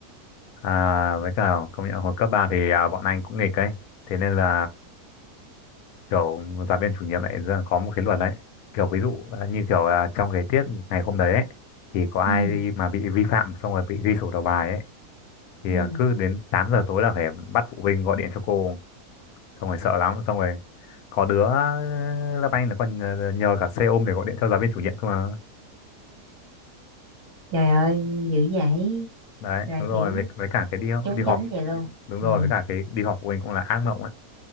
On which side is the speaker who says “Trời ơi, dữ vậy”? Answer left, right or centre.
Right